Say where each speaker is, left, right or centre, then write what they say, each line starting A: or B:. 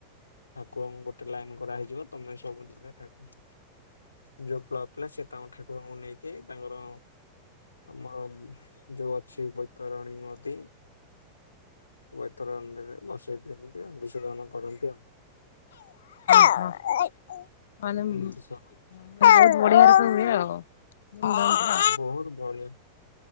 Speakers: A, on the left; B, on the left.
A: ଠାକୁରଙ୍କୁ ଗୋଟେ ଲାଇନ କରାହେଇଯିବ। ତମେ ସବୁଦିନ। <unintelligible> ଯୋଉ କ୍ଲବ୍ ପିଲା ସେ ତାଙ୍କ ଠାକୁରଙ୍କୁ ନେଇକି ତାଙ୍କର ଆମର ଯୋଉ ଅଛି ବୈତରଣୀ ନଦୀ ବୈତରଣୀରେ ଭସେଇଦେଲୁ। ସେ ବିସର୍ଜନ କରନ୍ତି ଆଉ।
B: <unintelligible>
A: ଏମିତି ସବୁ
B: ଏଁ ଉଁ ଉଁ ବହୁତ ବଢିଆ ହବ ବଢିଆ <unintelligible>
A: ବହୁତ ବଢିଆ